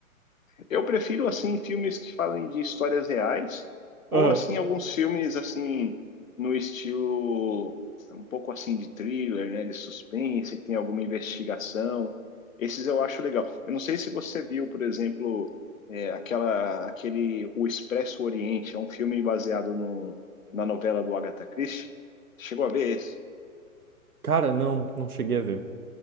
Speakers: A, on the left; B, on the right.
A: Eu prefiro assim filmes que falem de histórias reais ou
B: Aham.
A: assim alguns filmes assim no estilo um pouco assim de thriller, né, de suspense, que tem alguma investigação. Esses eu acho legal. Eu não sei se você viu, por exemplo, é, aquela aquele O Expresso Oriente, é um filme baseado no, na novela do Agatha Christie. Chegou a ver esse?
B: Cara, não, não cheguei a ver.